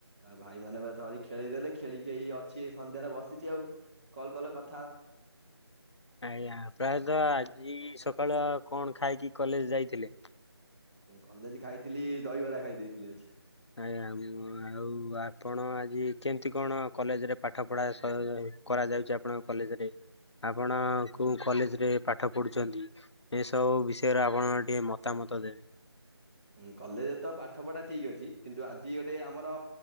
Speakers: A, on the right (about 25°); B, on the left (about 85°).
A: ଆଉ ଭାଇମାନେ ପା ଧରିକି ଖେଳିଇଦେଲେ ଖେଳିକି ଏଇ ଅଛି ସନ୍ଧ୍ୟାରେ ବସିଚି ଆଉ କଲ୍ କଲ କ
B: ଆଜ୍ଞା ପ୍ରାୟତ ଆଜି ସ ସକାଳୁ ଆଉ କଣ ଖାଇକି କଲେଜ ଯାଇଥିଲେ?
A: ମୁଁ କଲେଜ ଖାଇଥିଲି ଦହିବରା ଖାଇ ଦେଇେଥିଲି ଆଜି।
B: ଆଜ୍ଞା ଉମ୍ ଆଉ ଆପଣ ଆଜି କେମତି କଣ କଲେଜରେ ପାଠ ପଢା ସ କରାଯାଉଚି ଆପଣଙ୍କ କଲେଜରେ। ଆପଣ କୋଉ କଲେଜରେ ପାଠ ପଢୁଚନ୍ତି ଏସବୁ ବିଷୟରେ ଆପଣଙ୍କର ଟିକେ ମତାମ ଉତ୍ତର ଦେବେ
A: ହୁଁ କଲେଜରେ ତ ପାଠପଢା ଠିକ ଅଛି କିନ୍ତୁ ଆଜି ଗୋଟେ ଆମର